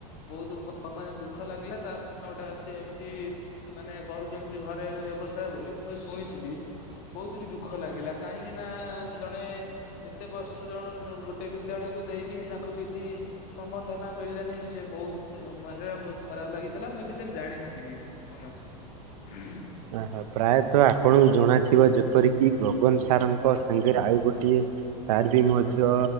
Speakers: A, on the left (about 45°); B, on the right (about 70°).
A: ବହୁ ଦୁଃଖ <inaudible> ମେ ଦୁଃଖ ଲାଗିଲା ତା <inaudible> ଗୋଟେ ସେ ଏମତି ମାନେ କରୁଚନ୍ତି ଯେ ଘରେ ବ୍ୟବସାୟ ବୋଲି ମୁଁ ଏଇ ଶୁଣିଥିଲି। ବହୁତ ବି ଦୁଃଖ ଲାଗିଲା। କାହିଁକି ନା ଜଣେ ଏତେ ବର୍ଷ ଜଣ ନ-ଗୋଟେ ବିଦ୍ୟାଳୟକୁ ଦେଇକି ବି ତାଙ୍କୁ କିଛି ସମ୍ବର୍ଦ୍ଧନା ମିଳିଲାନି ସେ ବହୁତ ସେ ମ-ହେଇଆ ବହୁତ ଖରାପ ଲାଗିଥିଲା। ମୁଁ ଏ ବିଷୟରେ ଜାଣିଥିଲି ବି। ଫୋନ୍ ଅଛି।
B: ଓହୋ, ପ୍ରାୟତ ଆପଣଙ୍କୁ ଜଣାଥିବ ଯେପରିକି ଗଗନ ସାର୍ ଙ୍କ ସାଙ୍ଗରେ ଆଉ ଗୋଟିଏ ସାର୍ ବି ମଧ୍ୟ